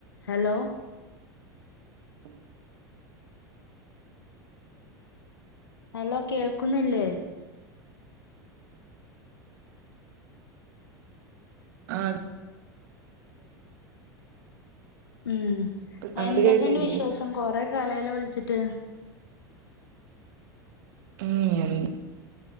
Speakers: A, on the left; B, on the right.
A: Hello
B: ഉം
A: hello കേൾക്കുന്നില്ലേ
B: ആഹ്
A: ഉം
B: അങ്ങട്ട്
A: എന്തൊക്കെയൻ്റെ
B: കേട്ടില്ലേ
A: വിശേഷം കൊറെ കാലായല്ലോ വിളിച്ചിട്ട്
B: മ്മ് എന്ത